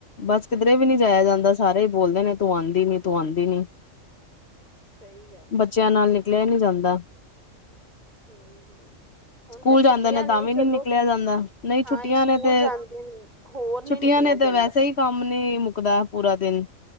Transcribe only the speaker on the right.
ਹਾਂਜੀ
ਸਹੀ ਗੱਲ ਹੈ
ਹੂੰ- ਹੂੰ। ਹੁਣ
ਤੇ ਛੁੱਟੀਆਂ
ਨੇ
ਚਲੋ,
ਹਾਂ,
ਇਹ ਸਕੂਲ
ਜਾਂਦੇ ਨੇ। ਹੋਰ ਨਹੀਂ
ਨਿਕਲਿਆ
ਜਾਂਦਾ।